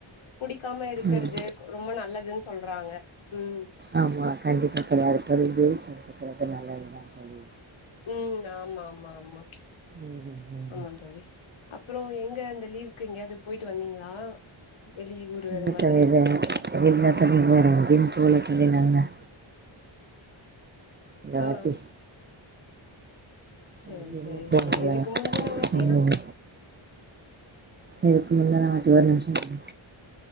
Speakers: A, on the left; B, on the right.
A: குடிக்காம இருக்கறது
B: ம்
A: ரொம்ப நல்லதுன்னு சொல்றாங்க உம்
B: ஆமா கண்டிப்பா தோழி <unintelligible> நல்லதுதா தோழி
A: உம் ஆமா ஆமா ஆமா
B: ம்.
A: ஆமா தோழி அப்புறோ எங்க இந்த லீவுக்கு எங்கேயாது போயிட்டு வந்தீங்களா வெளியூரு
B: இல்ல
A: அந்த மாதிரி
B: தோழி வே இல்ல தோழி வேற எங்கயு போகல தோழி நாங்க இந்தவாட்டி
A: ஆ சேரி
B: எங்கயுமே
A: சேரி
B: போகல
A: சேரி இதுக்கு முந்துன வாட்டீலா
B: ம் இதுக்கு முந்துன வாட்டி ஒரு நிமிஷோ தோழி